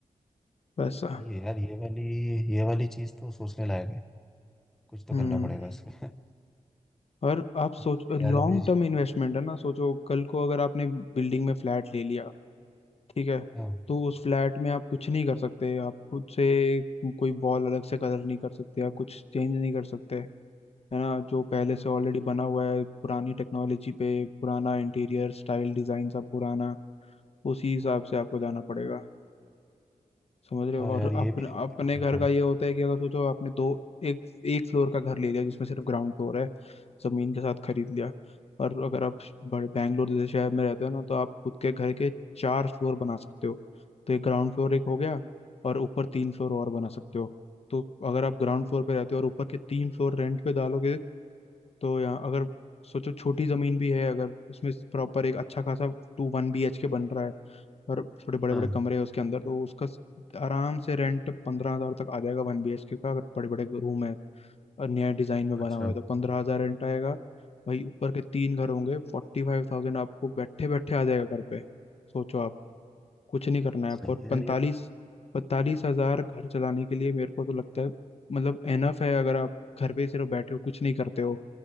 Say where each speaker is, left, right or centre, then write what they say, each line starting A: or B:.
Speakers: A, on the left (about 50°); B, in the centre.
A: वैसा
B: ये यार ये वाली ये वाली चीज तो सोचने लायक है कुछ तो
A: हम्म
B: करना पड़ेगा इसमें
A: और आप सोच
B: देखते
A: लॉन्ग
B: हैं यार अभी
A: टर्म इन्वेस्टमेंट है ना सोचो कल को अगर आपने बिल्डिंग में फ्लैट ले लिया ठीक है
B: हाँ,
A: तो उस फ्लैट में आप कुछ नहीं कर सकते आप खुद से कोई वॉल अलग से कलर नहीं कर सकते आप कुछ चेंज नहीं कर सकते है ना जो पहले से ऑलरेडी बना हुआ है पुरानी टेक्नोलॉजी पे पुराना इंटीरियर स्टाइल डिजाइन सब पुराना उसी हिसाब से आपको जाना पड़ेगा समझ
B: अच्छा
A: रहे हो और
B: यार ये
A: अपने
B: भी एक
A: अपने
B: तकलीफ
A: घर
B: है
A: का ये होता है कि अगर सोचो आपने दो एक एक फ्लोर का घर ले लिया जिसमें सिर्फ ग्राउंड फ्लोर है जमीन के साथ खरीद लिया और अगर आप बड़े बैंगलोर जैसे शहर में रहते हो ना तो आप खुद के घर के चार फ्लोर बना सकते हो तो एक ग्राउंड फ्लोर एक हो गया और ऊपर तीन फ्लोर और बना सकते हो तो अगर आप ग्राउंड फ्लोर पे रहते हो और ऊपर के तीन फ्लोर रेंट पे डालोगे तो यहाँ अगर सोचो छोटी जमीन भी है अगर उसमें प्रॉपर एक अच्छा खासा two one B H K बन रहा है और थोड़े बड़े
B: हाँ
A: बड़े कमरे हैं उसके अंदर तो उसका स- आराम से रेंट पंद्रह हजार तक आ जाएगा वन बी एच के का अगर बड़े बड़े रूम है और नया डिजाइन में
B: अच्छा
A: बना हुआ है तो पंद्रह हजार रेंट आएगा भाई ऊपर के तीन घर होंगे फोर्टी फाइव थाउजेंड आपको बैठे बैठे आ जाएगा घर पे सोचो आप कुछ नहीं करना है आपको
B: सही
A: और
B: है
A: पैंतालीस
B: यार ये तो।
A: पैंतालीस हजार घर चलाने के लिए मेरे को तो लगता है मतलब एनफ है अगर आप घर पे सिर्फ बैठे हो कुछ नहीं करते हो